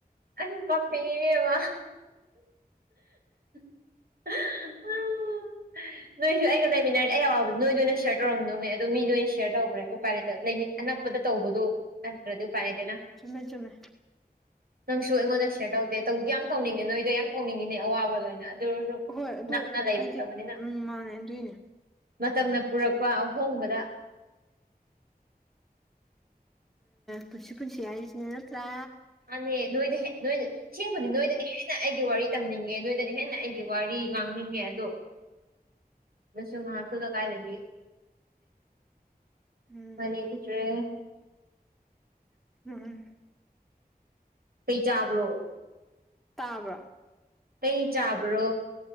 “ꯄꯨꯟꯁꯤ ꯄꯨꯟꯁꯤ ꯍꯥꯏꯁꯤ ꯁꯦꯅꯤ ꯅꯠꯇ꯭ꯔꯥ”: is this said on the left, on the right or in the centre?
Centre